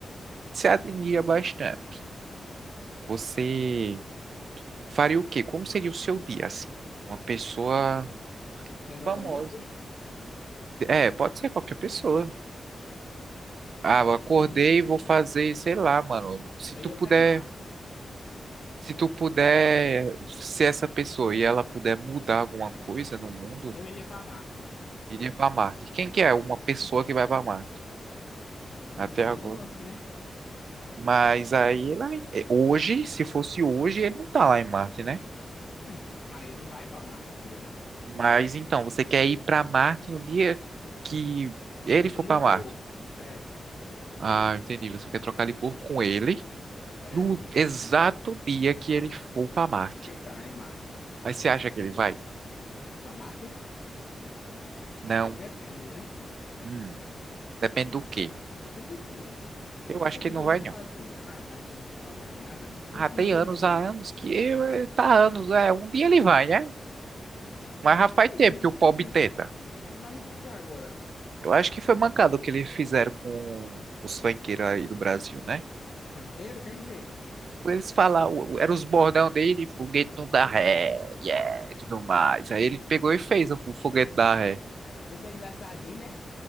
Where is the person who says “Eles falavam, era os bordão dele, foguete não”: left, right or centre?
Right